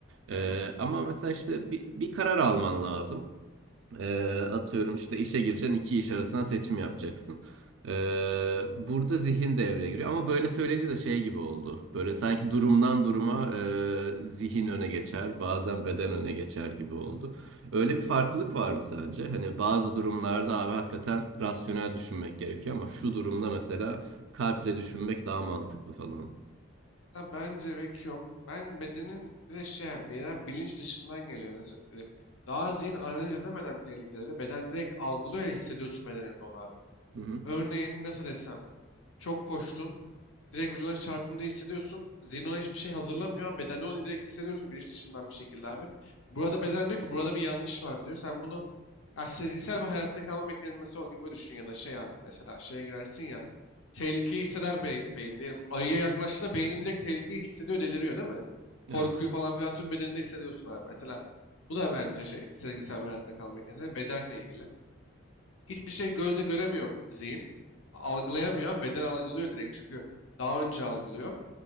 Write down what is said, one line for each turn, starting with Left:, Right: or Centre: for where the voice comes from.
Right: E,
Left: Evet.
Right: ama mesela işte bir, bir karar alman lazım. Ee, atıyorum işte işe gireceksin iki iş arasından seçim yapacaksın. Ee, burada zihin devreye giriyor ama böyle söyleyince de şey gibi oldu. Böyle sanki durumdan duruma e, zihin öne geçer bazen beden öne geçer gibi oldu. Öyle bir farklılık var mı sence? Hani bazı durumlarda abi hakikaten rasyonel düşünmek gerekiyor ama şu durumda mesela kalple düşünmek daha mantıklı falan.
Left: Ha, bence pek yok. Ben bedenin bir de şey yani beden bilinç dışından geliyor nasıl diyeyim. Daha zihin analiz edemeden tehlikeleri beden direkt algılıyor ya hissediyorsun bedeninde onu abi.
Right: Hı hı.
Left: Örneğin nasıl desem çok koştun direkt vücuduna çarpındığı hissediyorsun. Zihin ona hiçbir şey hazırlamıyor ama bedende onu direkt hissediyorsun bilinç dışından bir şekilde abi. Burada beden diyor ki burada bir yanlış var diyor. Sen bunu ya sezgisel bir hayatta kalma mekanizması gibi düşün ya da şey ya mesela şeye girersin ya tehlikeyi hisseder beyin, beyin diyelim. Ayıya yaklaştığında beynin direkt tehlikeyi hissediyor deliriyor değil mi? Korkuyu
Right: Evet.
Left: falan filan tüm bedeninde hissediyorsun abi. Mesela bu da bence şey sezgisel bir hayatta kalma mekanizması bedenle ilgili. Hiçbir şey gözle göremiyor zihin. Algılayamıyor beden algılıyor direkt çünkü daha önce algılıyor.